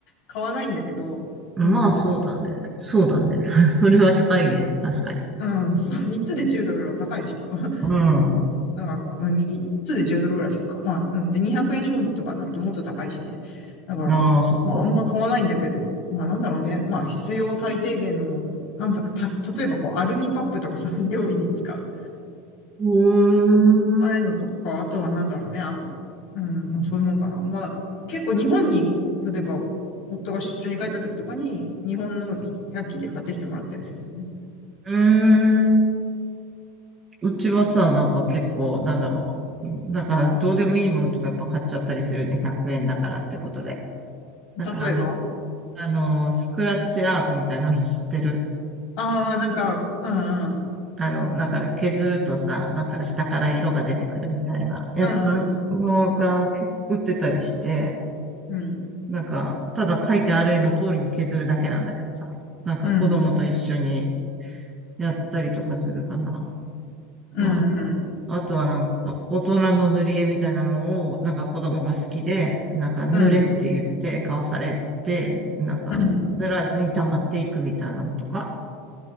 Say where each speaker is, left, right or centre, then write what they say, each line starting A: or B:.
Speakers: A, on the left; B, on the right.
A: 買わないんだけど、
B: まあ、
A: うん。
B: そうだね。そうだね。<laughs> それは高いね。確かに。
A: うん、<laughs> そう、3つで10ドルは高いでしょ。<laughs>
B: う
A: そうそうそう。だからまあ、まあ3つで10ドルぐらいするか。まあ、うん。で、200円商品とかになるともっと高いしね。だから、
B: ん。ああ、そっか。
A: まあ、あんま買わないんだけど、まあ、なんだろうね。まあ、必要最低限のもの。なんだか、た、例えばこう、アルミカップとかさ、<laughs> 料理に使う。
B: うーん。
A: ああいうのとか、
B: う
A: あとはなんだろうね。あの、うん、まあ、そういうもんかな。まあ、結構日本に、例えば、お夫が出張に帰った時とかに、日本の100均で買ってきてもらったりするよね。
B: ーん。うちはさ、なんか結構、なんだろう。なんか、どうでもいいものとかやっぱ買っちゃったりするね。100円だからってことで。
A: 例えば、
B: なんかあの、あの、スクラッチアートみたいなの知ってる
A: ああ、なんか、うんうん。
B: あの、なんか削るとさ、なんか下から色が出てくるみたいなやつのが結構売ってたりして、
A: うんうんうん。
B: なんか、ただ書いてある絵の通りに削るだけなんだけどさ、なんか子供と一緒に
A: うん。
B: やったりとかするかな。
A: うん。
B: ま
A: うん。
B: あ、あとはなんか、大人の塗り絵みたいなのを、なんか子供が好きで、なんか塗れって言って買わされて、
A: うん
B: なんか、
A: うん
B: 塗らずに溜まっていくみたいなのとか、